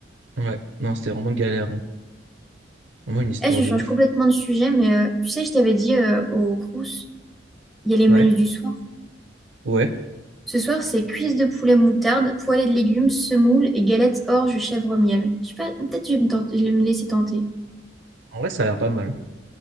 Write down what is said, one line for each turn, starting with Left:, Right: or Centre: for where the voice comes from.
Right: Ouais, non, c'était vraiment galère. hein. Vraiment une histoire
Centre: Eh, je
Right: de
Centre: change
Right: ouf.
Centre: complètement de sujet, mais euh, tu sais, je t'avais dit euh, au Crous, il y a les menus
Right: Ouais,
Centre: du soir.
Right: ouais.
Centre: Ce soir, c'est cuisses de poulet moutarde, poêlée de légumes, semoule et galettes orge chèvre miel. Je sais pas, peut-être je vais me tenter- je vais me laisser tenter.
Right: En vrai, ça a l'air pas mal.